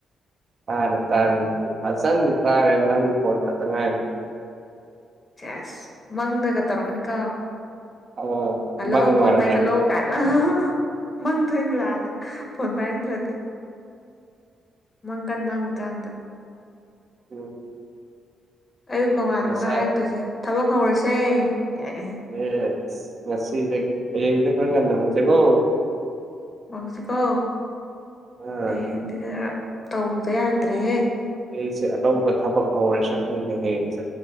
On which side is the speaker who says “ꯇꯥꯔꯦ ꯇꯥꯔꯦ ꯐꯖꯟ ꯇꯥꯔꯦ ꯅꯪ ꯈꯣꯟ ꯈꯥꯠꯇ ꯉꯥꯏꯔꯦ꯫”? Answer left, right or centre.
Right